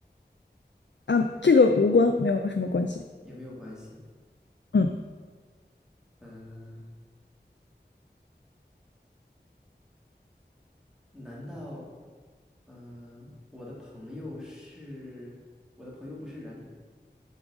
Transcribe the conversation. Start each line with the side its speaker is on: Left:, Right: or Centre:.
Left: 啊，这个无关，没有什么关系。
Centre: 也没有关系。
Left: 嗯，
Centre: 嗯、难道，嗯、我的朋友是我的朋友不是人，